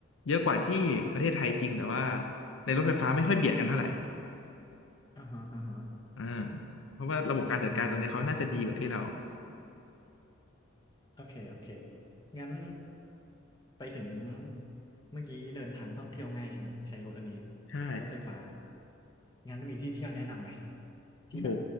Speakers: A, on the left (about 80°); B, on the left (about 20°).
A: เยอะกว่าที่ประเทศไทยจริงแต่ว่าในรถไฟฟ้าไม่ค่อยเบียดกันเท่าไหร่
B: อ่าฮะอ่าฮะ
A: อ่าเพราะว่าระบบการจัดการตอนนี้เขาน่าจะดีกว่าที่เรา
B: อืมโอเคโอเค งั้นไปถึงเมื่อกี้เดินทางท่องเที่ยวง่ายใช่ไหมใช้รถอันนี้
A: ใช่
B: รถไฟฟ้างั้นมีที่เที่ยวแนะนำไหม
A: โอ้โห
B: ที่แบบ